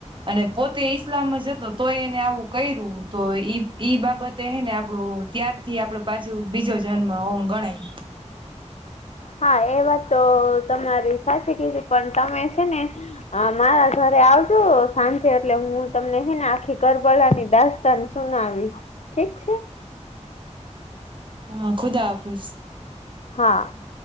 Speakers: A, on the right; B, on the left.
A: અને પોતે ઈસ્લામ જ. તો તોય એને આવું કર્યું તો ઈ બાબતે હ ને આપણું ત્યાર. થી આપડું પાછું બીજો જન્મ ઓમ ગણાય.
B: હા એ વાત તો તમારી સાચી કીધી પણ તમે છે ને. હા મારા ઘરે આવજો સાંજે એટલે હું તમને હ ને આખી કરબલા ની દસ્તા. સુનાવીશ ઠીક છે.
A: હા ખુદા હાફિઝ.
B: હા